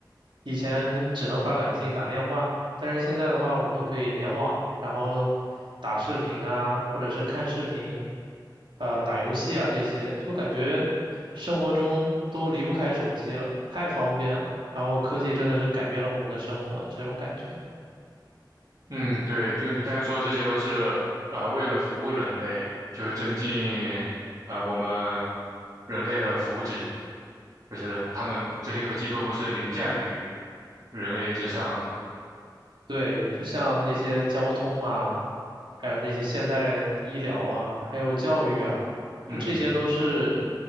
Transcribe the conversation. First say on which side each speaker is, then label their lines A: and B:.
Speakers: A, on the right; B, on the right.
A: 以前只能发短信、打电话。但是现在的话，我们都可以联网，然后打视频啊，或者是看视频，呃，打游戏啊这些，就感觉生活中都离不开手机了，太方便了。然后科技真的是改变了我们的生活，这种感觉。
B: 嗯，对，就你刚才说，这些都是呃，为了服务人类，就是增进呃我们人类的福祉，就是他们这些科技都不是凌驾于人类之上的。
A: 对，就像那些交通啊，还有那些现代医疗啊，还有教育啊，
B: 嗯
A: 就这些都是